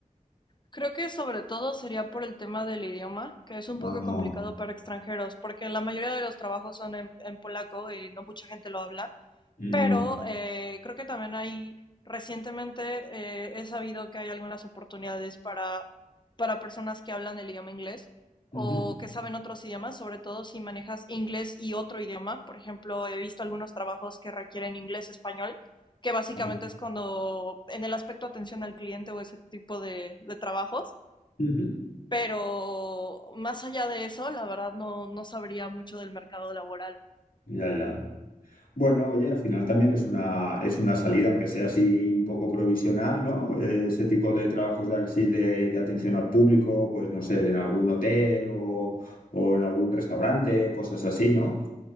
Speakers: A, on the left (about 35°); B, on the left (about 85°).
A: Creo que sobre todo sería por el tema del idioma, que es un
B: Ah,
A: poco complicado para extranjeros, porque la mayoría de los trabajos son en, en polaco y no mucha gente lo habla,
B: mm,
A: pero eh, creo que también hay, recientemente eh, he sabido que hay algunas oportunidades para, para personas que hablan el idioma inglés o
B: ujú.
A: que saben otros idiomas, sobre todo si manejas inglés y otro idioma. Por ejemplo, he visto algunos trabajos que requieren inglés-español que básicamente
B: Vale.
A: es cuando en el aspecto atención al cliente o ese tipo de, de trabajos,
B: Ujú.
A: pero más allá de eso, la verdad no, no sabría mucho del mercado laboral.
B: Ya, ya. Bueno, oye, al final también es una, es una salida, aunque sea así un poco provisional, ¿no? Eh, Ese tipo de trabajos de, así de, de atención al público, pues no sé, en algún hotel o, o en algún restaurante o cosas así, ¿no?